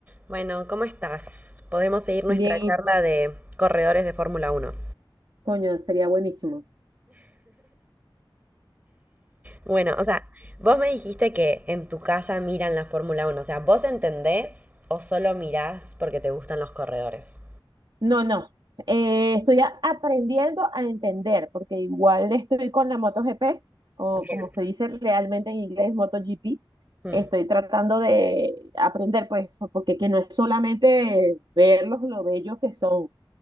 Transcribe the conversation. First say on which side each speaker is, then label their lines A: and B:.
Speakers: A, on the right; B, on the right.
A: Bueno, ¿cómo estás? Podemos seguir nuestra
B: Bien, y
A: charla de corredores de Fórmula Uno.
B: coño, sería buenísimo.
A: Bueno, o sea, vos me dijiste que en tu casa miran la Fórmula Uno, o sea, ¿vos entendés o solo mirás porque te gustan los corredores?
B: No, no. eh, estoy a- aprendiendo a entender, porque igual estoy con la MotoGP, o
A: Bien.
B: como se dice realmente en inglés, MotoGP.
A: Mm,
B: Estoy tratando de aprender, pues, porque que no es solamente verlos lo bellos que son.